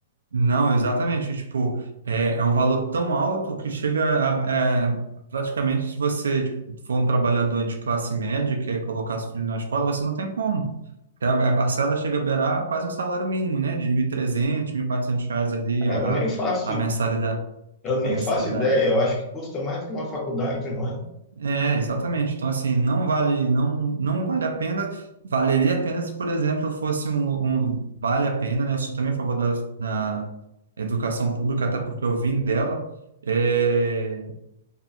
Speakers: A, on the right; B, on the left.
A: Não, exatamente. Tipo, é, é um valor tão alto que chega a, é, praticamente se você tipo, for um trabalhador de classe média e quer colocar seu filho na escola, você não tem como. Porque A, a parcela chega a beirar quase o salário mínimo, né? De 1.300, quatrocentos reais ali
B: É,
A: a,
B: eu nem
A: a
B: faço,
A: a mensalidade,
B: eu nem
A: a mensalidade.
B: faço ideia, eu acho que custa mais do que uma faculdade, não é?
A: É, exatamente. Então, assim, não vale, não, não vale a pena, valeria a pena se, por exemplo, fosse um, um- vale a pena, né? Eu sou também a favor da, da educação pública, até porque eu vim dela. É,